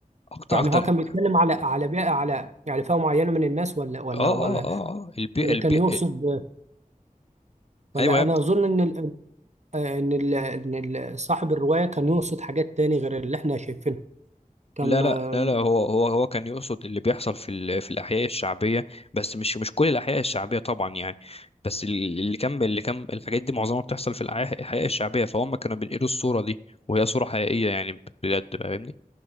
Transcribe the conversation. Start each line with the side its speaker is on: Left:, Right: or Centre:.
Left: اكتر
Right: يعني
Left: اكتر
Right: هو كان
Left: اه
Right: بيتكلم على على بيئة على يعني فئة معينة من الناس ولا ولا
Left: اه
Right: ولا
Left: اه اه البيئة
Right: ولا
Left: البيئة
Right: كان يقصد ولا
Left: ايوه
Right: أنا أظن إن ال- إن ال- إن ال- صاحب الرواية كان يقصد حاجات تاني غير اللي إحنا شايفينها كان
Left: لا لا
Right: آه،
Left: لا لا هو هو هو كان يقصد اللي بيحصل في ال- في الاحياء الشعبيه بس مش مش كل الاحياء الشعبيه طبعا يعني بس ال- اللي كان اللي كان الحاجات دي معظمها بتحصل في الأح- الاحياء الشعبيه فهم كانوا بينقلوا الصوره دي وهي صوره حقيقيه يعني بجد بقى فاهمني